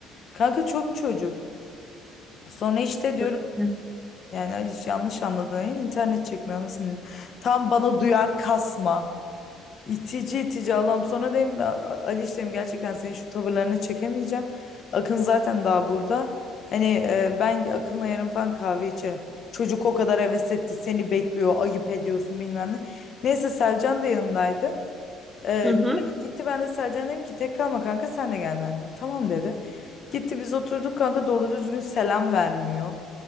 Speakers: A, on the left; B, in the centre.
A: Kanka çok çocuk. Sonra işte diyorum
B: Böyle.
A: yani Aliş yanlış anladın. Ya, İnternet çekmiyor nasıl bilmiyorum. Tam bana duyar kasma. İtici itici Allah'ım sonra dedim "A- A- Ali işlerim gerçekten senin şu tavırlarını çekemeyeceğim. Akın zaten daha burada. Hani e, ben Akın'la yarın falan kahve içerim. Çocuk o kadar heves etti seni bekliyor ayıp ediyorsun bilmem ne. Neyse Selcan da yanımdaydı. E,
B: Hı hı.
A: gitti ben de Selcan dedim ki tek kalma kanka sen de gel benimle. Tamam dedi. Gitti biz oturduk kanka doğru düzgün selam vermiyor.